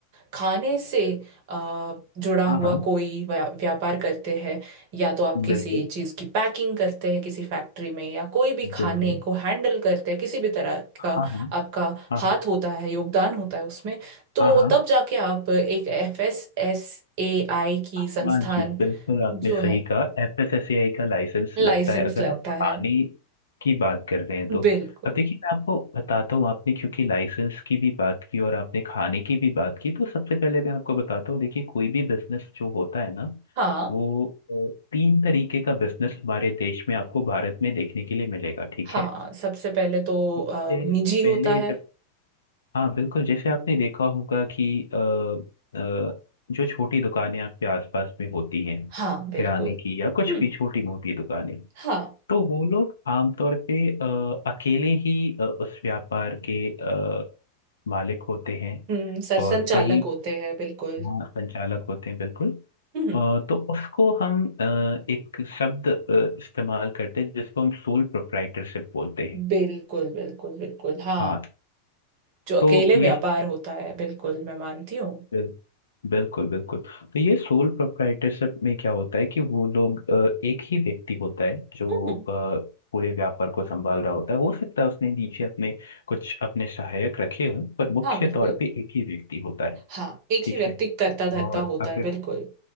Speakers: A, on the right; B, on the left.
A: खाने से अ, जुड़ा हुआ
B: हाँ हाँ
A: कोई व्या- व्यापार करते हैं या तो आप किसी
B: बिल्कुल
A: चीज़ की पैकिंग करते हैं किसी फैक्ट्री में या कोई भी खाने
B: बिल्कुल
A: को हैंडल करते हैं किसी भी तरह
B: हाँ
A: का
B: हाँ हाँ
A: आपका
B: हाँ
A: हाथ होता है योगदान होता है उसमें तो
B: हाँ हाँ
A: तब जाके आप एक F S S A I की
B: हाँ
A: संस्थान
B: जी बिल्कुल आपने
A: जो
B: सही
A: है
B: कहा एफएसएसएआई का लाइसेंस
A: लाइसेंस
B: लगता है अगर
A: लगता
B: आप खाने
A: है
B: की बात कर रहे हैं तो
A: बिल्कुल
B: अब देखिए मैं आपको बताता हूँ आपने क्योंकि लाइसेंस की भी बात की और आपने खाने की भी बात की तो सबसे पहले मैं आपको बताता हूँ देखिए कोई भी बिजनेस जो होता है ना
A: हाँ
B: वो अ, तीन तरीके का बिजनेस हमारे देश में आपको भारत में देखने के लिए मिलेगा ठीक
A: हाँ
B: है
A: सबसे पहले तो
B: इससे
A: अ, निजी होता
B: पहले
A: है
B: जब हाँ बिल्कुल जैसे आपने देखा होगा कि अ, अ, जो छोटी दुकानें आपके आसपास में होती हैं
A: हाँ बिल्कुल
B: किराने की या कुछ
A: हम्म
B: भी छोटी मोटी दुकानें
A: हाँ
B: तो वो लोग आमतौर पे अ, अकेले ही अ, उस व्यापार के अ, मालिक होते हैं
A: हम्म सरसंघ
B: और
A: चालक
B: वही
A: होते हैं बिल्कुल
B: वहाँ संचालक होते हैं बिल्कुल अ,
A: हम्म
B: तो उसको हम अ, एक शब्द अ, इस्तेमाल करते हैं जिसको हम सोल प्रोप्राइटरशिप बोलते हैं
A: बिल्कुल बिल्कुल बिल्कुल हाँ
B: हाँ
A: जो अकेले
B: तो ये
A: व्यापार होता है बिल्कुल मैं मानती हूँ
B: बिल- बिल्कुल बिल्कुल तो ये सोल प्रोप्राइटरशिप में क्या होता है कि वो लोग अ, एक ही व्यक्ति होता है जो
A: हम्म
B: अ, पूरे व्यापार को संभाल रहा होता है हो सकता है उसने नीचे अपने कुछ अपने सहायक रखे हों पर मुख्य
A: हाँ बिल्कुल
B: तौर पे एक ही व्यक्ति होता है
A: हाँ एक
B: ठीक
A: ही व्यक्ति
B: है
A: करता धरता
B: और
A: होता
B: अगर
A: है बिल्कुल